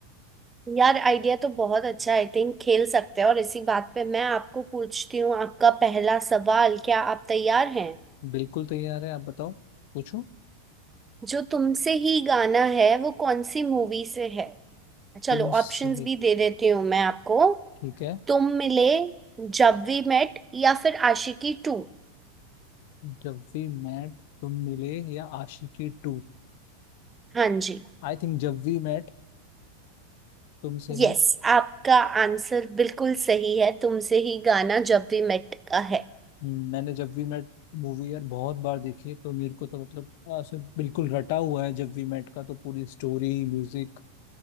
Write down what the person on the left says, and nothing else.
बिल्कुल तैयार है आप बताओ पूछूं
तुमसे
ठीक है
जब वी मेट तुम मिले या Aashiqui two
I think Jab we met तुमसे
ही
हम्म, मैंने जब वी मेट मूवी यार बहुत बार देखी है तो मेरे को तो मतलब ऐसे बिल्कुल रटा हुआ है जब वी मेट का तो पूरी स्टोरी म्यूजिक